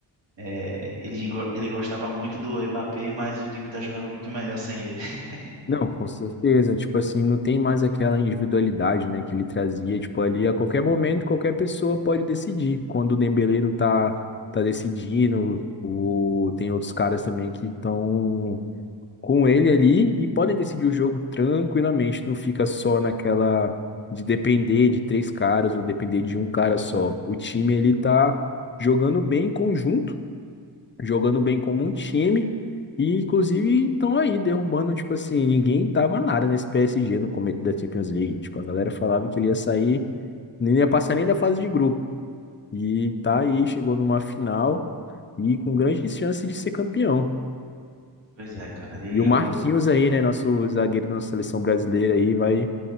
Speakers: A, on the right (about 70°); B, on the left (about 30°).
A: é, ele, go- ele gostava muito do Mbappé, mas o time tá jogando muito melhor sem ele. <laughs>
B: Não, com certeza. Tipo assim, não tem mais aquela individualidade, né, que ele trazia. Tipo, ali a qualquer momento, qualquer pessoa pode decidir. Quando o Dembélé não tá, tá decidindo, o, tem outros caras também que estão com ele ali e podem decidir o jogo tranquilamente. Não fica só naquela de depender de três caras ou depender de um cara só. O time ele tá jogando bem em conjunto, jogando bem como um time. E inclusive estão aí derrubando, tipo assim, ninguém tava nada nesse PSG no começo da Champions League. Tipo, a galera falava que ele ia sair, nem ia passar nem da fase de grupo. E tá aí, chegou numa final e com grandes chances de ser campeão.
A: Pois é, cara. eu,
B: E
A: eu
B: o Marquinhos
A: tô,
B: aí, né? Nosso zagueiro da nossa seleção brasileira aí, vai